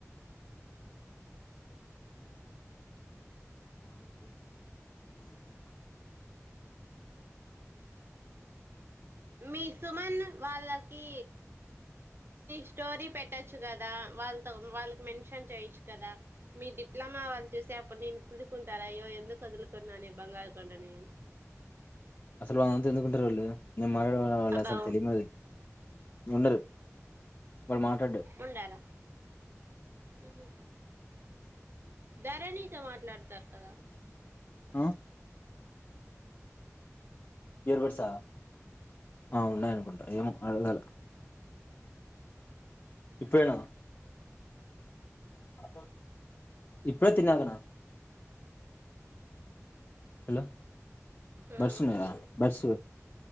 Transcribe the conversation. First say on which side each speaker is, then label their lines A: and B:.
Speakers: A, on the right (about 45°); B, on the left (about 40°).
A: మీ సుమన్ వాళ్ళకి స్టోరీ పెట్టచ్చు కదా వాళ్ళతో వాళ్ళకి మెన్షన్ చేయొచ్చు కదా మీ డిప్లొమా వాళ్ళు చూసే అప్పుడు నేను కుదుకుంటారా అయ్యో ఎందుకు వదులుకున్నాను బంగారు కొ నేను
B: వాంత ఎందుకుంటారు వాళ్ు నేను మాట్లాడ వాళ్ళు
A: అబ్బా
B: అసలు తెలియదు ఉండరు వాళ్ళు మాట్లాడ్డా
A: ఉండాలా ఉహు ధరణితో మాట్లాడతారు అదా
B: ఆ ఎవరు సార్ ఆ ఉన్నాయి అనుకుంటా ఏమో అడగాల ఇప్పుడే నా అ ఇప్పుడే తిన్నా కదా హలో
A: ఉమ్
B: బస్సు ఉన్నదా బస్సు